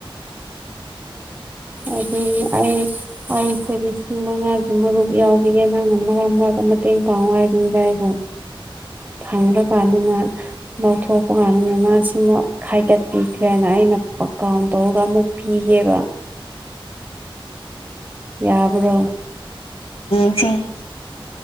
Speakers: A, on the right; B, on the left.
A: ꯑꯗꯨꯅꯤ ꯑꯩ ꯑꯩ ꯑꯩꯈꯣꯏ ꯂꯤꯁꯤꯡ ꯃꯉꯥꯒꯤ ꯃꯔꯨꯞ ꯌꯥꯎꯈꯤꯒꯦ ꯅꯪꯅ ꯃꯔꯛ ꯃꯔꯛꯇ ꯃꯇꯦꯡ ꯄꯥꯡꯉꯣ ꯍꯥꯏꯕꯅꯤꯗ ꯑꯩꯕꯨ
B: <unintelligible>
A: ꯐꯪꯕ ꯀꯥꯟꯗꯅ ꯂꯧꯊꯣꯛꯄ ꯀꯥꯟꯗꯅ ꯃꯥꯁꯤꯅ ꯈꯥꯏꯒꯠꯄꯤꯈ꯭ꯔꯦꯅ ꯑꯩꯅ ꯄꯀꯥꯎꯟ ꯇꯧꯔꯒ ꯑꯃꯨꯛ ꯄꯤꯒꯦꯕ꯫ ꯌꯥꯕ꯭ꯔꯣ꯫
B: ꯌꯦꯡꯁꯦ ꯌꯦꯡꯁꯦ